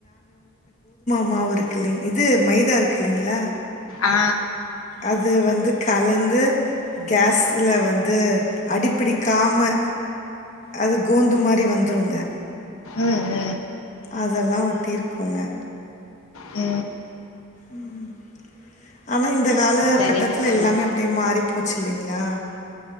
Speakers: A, on the left (about 35°); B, on the left (about 85°).
A: மாவுருக்கில்லேங் இது மைதா இருக்குல்லேங்ளா
B: ஆ
A: அது வந்து கலந்து கேஸுல வந்து அடிப்பிடிக்காம அது கோந்து மாரி வந்துருங்க
B: உ உ
A: அதெல்லா ஒட்டிருக்கோங்க
B: உ
A: உ உ ஆனா இந்த கால
B: சரிங்க
A: கட்டத்துல
B: தோழி
A: எல்லாமே அப்டியே மாறி போச்சு இல்லேங்ளா